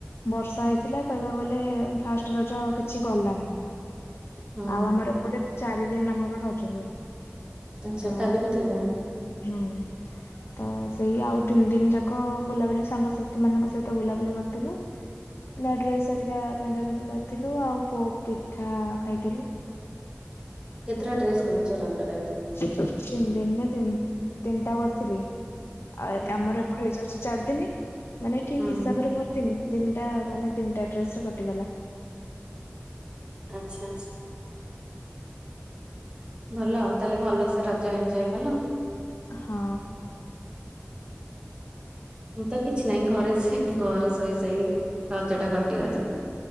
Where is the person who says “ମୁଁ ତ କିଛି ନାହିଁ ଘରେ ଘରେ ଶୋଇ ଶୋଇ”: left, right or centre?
Right